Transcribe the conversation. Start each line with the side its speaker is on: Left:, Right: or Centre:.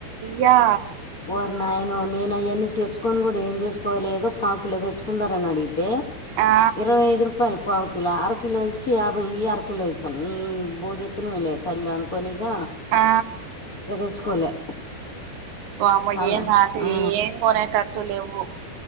Right: యా
Left: ఓరినయనో నేను అయన్ని తెచ్చుకొని కూడ ఎం చేసుకోవాలి ఏదో పాకు లో తెచ్చుకుందారు అని అడిగితే
Right: ఆ
Left: ఇరవై ఐదు రూపాయలు పావు కిలో అర కిలో ఇచ్చి యాభై ఈ అర కిలో ఇస్తాం ఈ బో చెప్పినవు లే తల్లి అనుకోని ఇగ
Right: ఆ
Left: ఇగ తెచ్చుకోలే
Right: వామ్మో
Left: టమా
Right: ఏం నాటు
Left: ఆ
Right: ఏం కొనేటట్టు లెవ్వు